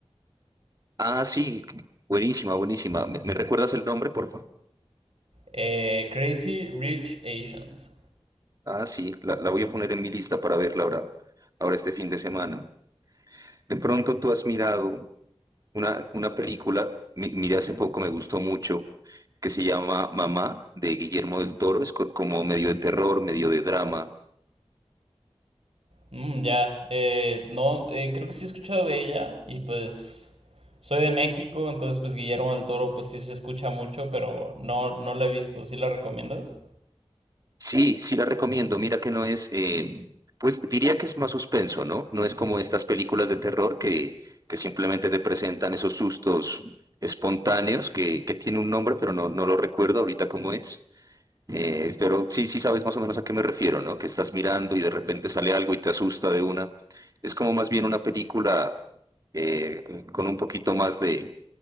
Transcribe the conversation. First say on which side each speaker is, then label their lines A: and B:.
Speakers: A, on the right (about 35°); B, on the right (about 70°).
A: Ah, sí, buenísima, buenísima. ¿Me, me recuerdas el nombre, por favor?
B: Eh, Crazy Rich Asians.
A: Ah, sí, la, la voy a poner en mi lista para verla ahora, ahora este fin de semana. De pronto tú has mirado una, una película, mi- miré hace poco, me gustó mucho, que se llama Mamá, de Guillermo del Toro. Es co- como medio de terror, medio de drama.
B: Mm, ya, eh, no, eh, creo que sí he escuchado de ella y pues soy de México, entonces pues Guillermo del Toro pues sí se escucha mucho, pero no, no la he visto, ¿sí la recomiendas?
A: Sí, sí la recomiendo. Mira que no es, eh, pues diría que es más suspenso, ¿no? No es como estas películas de terror que, que simplemente te presentan esos sustos espontáneos que, que tiene un nombre, pero no, no lo recuerdo ahorita cómo es. Eh, pero sí, sí sabes más o menos a qué me refiero, ¿no? Que estás mirando y de repente sale algo y te asusta de una. Es como más bien una película eh, con un poquito más de,